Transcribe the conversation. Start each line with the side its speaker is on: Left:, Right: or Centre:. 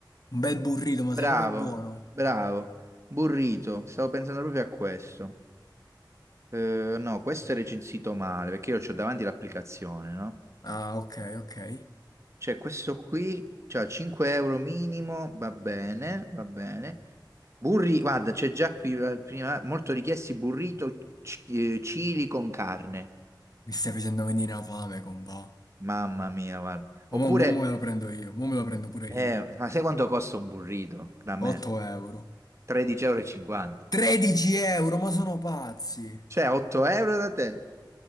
Left: un bel burrito, ma
Right: bravo,
Left: sai com'è buono?
Right: bravo. Burrito, stavo pensando proprio a questo. Eh, no, questo è recensito male, perché io ho davanti l'applicazione, no?
Left: Ah, ok, ok.
Right: Cioè, questo qui, cioè 5 euro minimo, va bene, va bene. Burri, guarda, c'è già qui eh, prima, molto richiesti burrito c- eh, cili con carne.
Left: Mi stai facendo venire la fame, compà.
Right: Mamma mia, guarda. Oppure,
Left: Ma mo, mo me lo prendo io, mo me lo prendo pure
Right: eh,
Left: io.
Right: ma sai quanto costa un burrito da me?
Left: 8 euro.
Right: 13,50 euro. e cinquanta.
Left: 13 euro, ma sono pazzi.
Right: Cioè, 8 euro da te?